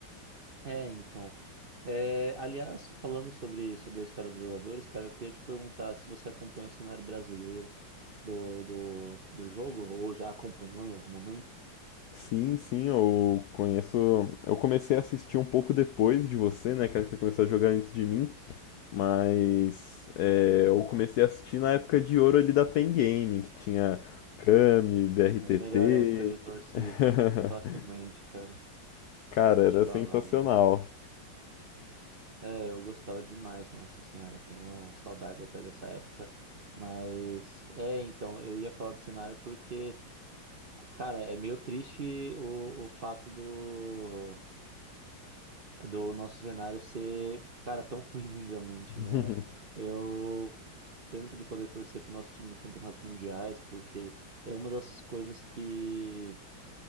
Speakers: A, on the right; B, on the left.
A: É, então. É, aliás, falando sobre, sobre a história dos jogadores, cara, eu queria te perguntar se você acompanha o cenário brasileiro do, do, do jogo, ou já acompanhou em algum momento?
B: Sim, sim, eu conheço. Eu comecei a assistir um pouco depois de você, né? Que acho que você começou a jogar antes de mim. Mas é, eu comecei a assistir na época de ouro ali da Pen Gaming, que tinha Kami, BRTT.
A: É, melhor época de torcer,
B: <laughs>
A: facilmente, cara.
B: Cara,
A: Vou
B: era
A: te falar.
B: sensacional.
A: É, eu gostava demais, nossa senhora, tenho saudade até dessa época. Mas, é, então, eu ia falar do cenário porque, cara, é meio triste o, o fato do, do nosso cenário ser, cara, tão ruim <laughs> mundialmente,
B: <laughs>
A: né? Eu tanto de poder torcer pro nosso time nos campeonatos mundiais, porque é uma das coisas que